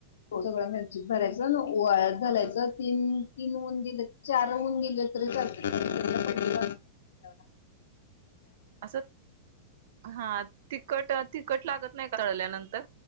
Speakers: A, on the left (about 85°); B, on the right (about 65°).
A: हो सगळ्या मिरचित भरायचं अन वाळत घालायचं. तीन-तीन ऊन दिलं. चार ऊन दिल इकडे चाललंय <unintelligible> पणजीकडे त्या बघा.
B: असंच <inaudible> हा तिखट तिखट लागत नाही का तळल्यानंतर?